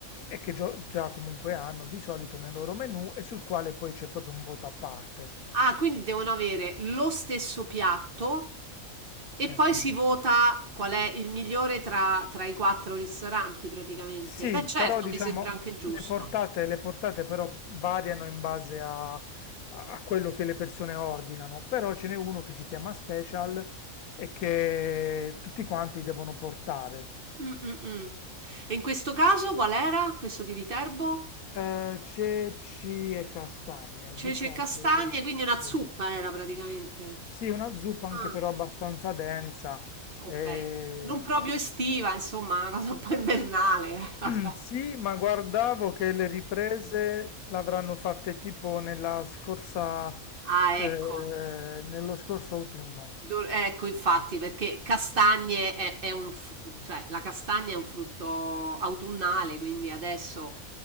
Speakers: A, on the left; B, on the right.
A: E che gio- già comunque hanno di solito nel loro menu e sul quale poi c'è proprio un voto a parte.
B: Ah, quindi devono avere lo stesso piatto e
A: Sì.
B: poi si vota qual è il migliore tra, tra i quattro ristoranti, praticamente.
A: Sì,
B: Beh, certo,
A: però diciamo
B: mi sembra anche giusto.
A: le portate, le portate però variano in base a, a quello che le persone ordinano, però ce n'è uno che si chiama Special e che tutti quanti devono portare.
B: Mm, mm, mm. E in questo caso qual era questo di Viterbo?
A: Eh, ceci e castagne,
B: Ceci
A: zuppa
B: e castagne,
A: credo,
B: quindi una
A: sì.
B: zuppa era praticamente.
A: Sì, una zuppa anche
B: Ah.
A: però abbastanza densa.
B: Okay.
A: E,
B: Non
A: no.
B: proprio estiva, insomma, una cosa un po' invernale. <laughs> Vabbè.
A: <clears throat> Sì, ma guardavo che le riprese l'avranno fatte tipo nella scorsa,
B: Ah,
A: eh,
B: ecco.
A: nello scorso autunno,
B: Dor- Ecco, infatti, perché castagne è, è un, fr- cioè, la castagna è un frutto autunnale, quindi adesso...